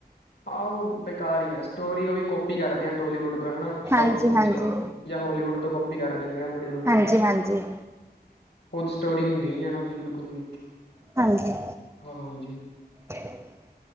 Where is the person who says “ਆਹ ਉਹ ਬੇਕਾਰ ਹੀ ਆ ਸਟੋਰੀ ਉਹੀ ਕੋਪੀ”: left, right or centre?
Left